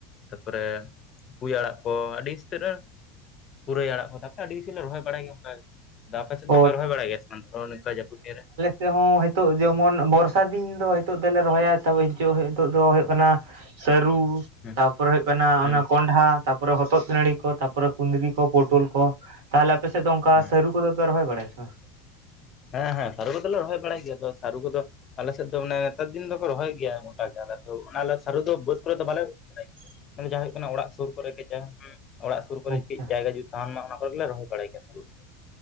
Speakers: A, on the left; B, on the right.
A: ᱛᱟᱨᱯᱚᱨᱮ ᱯᱩᱭ ᱟᱲᱟᱜ ᱠᱚ, ᱟᱹᱰᱤ ᱩᱥᱛᱟᱹᱨ ᱯᱩᱨᱟᱹᱭ ᱟᱲᱟᱜ ᱠᱚ᱾ ᱛᱟᱯᱚᱨᱮ ᱟᱹᱰᱤ ᱠᱤᱪᱷᱩ ᱞᱮ ᱨᱚᱦᱚᱭ ᱵᱟᱲᱟᱭ ᱜᱮᱭᱟ ᱚᱱᱠᱟ ᱜᱮ᱾ ᱟᱯᱮ ᱥᱮᱫ
B: ᱚ
A: ᱫᱚᱯᱮ ᱨᱚᱦᱚᱭ ᱵᱟᱲᱟᱭ ᱜᱮᱭᱟ ᱥᱮ ᱵᱟᱝ ᱱᱚᱠᱟ ᱡᱟᱹᱯᱩᱫ ᱫᱤᱱ ᱨᱮ
B: ᱛᱮᱦᱚᱸ ᱦᱮᱛᱚᱜ ᱡᱮᱢᱚᱱ ᱵᱚᱨᱥᱟ ᱫᱤᱱ ᱫᱚ ᱱᱤᱛᱚᱜ ᱫᱚᱞᱮ ᱨᱚᱦᱚᱭᱟ ᱛᱟᱯᱚᱨᱮ <unintelligible> ᱱᱤᱛᱚᱜ ᱫᱚ ᱦᱩᱭᱩᱜ ᱠᱟᱱᱟ᱾ ᱥᱟᱹᱨᱩ
A: ᱦᱩᱸ
B: ᱛᱟᱯᱚᱨᱮ ᱦᱩᱭᱩᱜ ᱠᱟᱱᱟ
A: ᱦᱩᱸ
B: ᱚᱱᱟ ᱠᱚᱸᱰᱷᱟ ᱛᱟᱯᱚᱨᱮ ᱦᱚᱛᱚᱫᱱᱟᱲᱤ ᱛᱟᱯᱚᱨᱮ ᱠᱩᱸᱫᱽᱨᱤ ᱠᱚ ᱯᱚᱴᱚᱞ
A: ᱦᱩᱸ
B: ᱠᱚ᱾ ᱛᱟᱦᱚᱞᱮ ᱟᱯᱮᱥᱮᱫ ᱫᱚ ᱚᱱᱠᱟ
A: ᱦᱩᱸ
B: ᱥᱟᱹᱨᱩ ᱠᱚᱫᱚ ᱯᱮ ᱨᱚᱦᱚᱭ ᱵᱟᱲᱟᱭᱟ ᱥᱮ ᱵᱟᱝ?
A: ᱦᱮᱸ ᱦᱮᱸ ᱥᱟᱹᱨᱩ ᱠᱚᱫᱚᱞᱮ ᱨᱚᱦᱚᱭ ᱵᱟᱲᱟᱭ ᱜᱮᱭᱟ᱾ ᱟᱫᱚ ᱥᱟᱨᱩ ᱠᱚᱫᱚ ᱟᱞᱮ ᱥᱮᱫ ᱫᱚ ᱢᱟᱱᱮ ᱱᱮᱛᱟᱨ ᱫᱤᱱ ᱫᱚᱠᱚ ᱨᱚᱦᱚᱭ ᱜᱮᱭᱟ᱾ᱢᱚᱴᱟ ᱜᱮ ᱟᱞᱮᱫᱚ ᱚᱱᱟᱞᱮ ᱥᱟᱹᱨᱩ ᱫᱚ ᱵᱟᱹᱫᱽ ᱠᱚᱨᱮ ᱫᱚ ᱵᱟᱞᱮ ᱵᱟᱲᱟᱭᱟ,
B: <inaudible>
A: ᱡᱟᱦᱟᱸ ᱦᱩᱭᱩᱜ ᱠᱟᱱᱟ ᱚᱲᱟᱜ ᱥᱩᱨ ᱠᱚᱨᱮ ᱜᱮ ᱡᱟᱦᱟᱸ‌ ᱦᱩᱸ ᱚᱲᱟᱜ ᱥᱩᱨ
B: ᱟᱪᱪᱷᱟ
A: ᱠᱚᱨᱮ ᱠᱤᱡ
B: ᱟᱪᱪᱷᱟ
A: ᱡᱟᱭᱜᱟ ᱡᱩᱫᱤ ᱥᱟᱱ ᱢᱟ ᱚᱱᱟ ᱠᱚᱜᱮᱞᱮ ᱨᱚᱦᱚᱭ ᱵᱟᱲᱟᱭ ᱜᱮᱭᱟ ᱥᱟᱹᱨᱩ ᱫᱚ